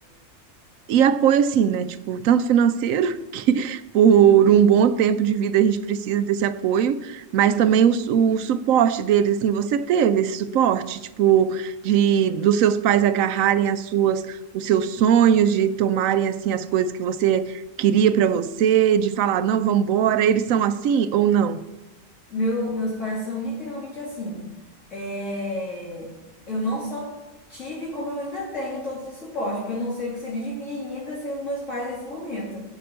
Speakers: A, on the right; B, on the left.
A: E apoio, assim, né? Tipo, tanto financeiro, <laughs> que por
B: <laughs>
A: um bom tempo de vida a gente precisa desse apoio, mas
B: Sim.
A: também o, su- o suporte deles, assim, você teve esse suporte, tipo, de dos seus pais agarrarem as suas, os seus sonhos, de tomarem, assim, as coisas que você queria pra você, de falar, não, vambora, eles são assim ou não?
B: Meu, meus pais são literalmente assim. É, Eu não só tive, como eu ainda tenho todo esse suporte, porque eu não sei o que seria de mim ainda sem os meus pais nesse momento.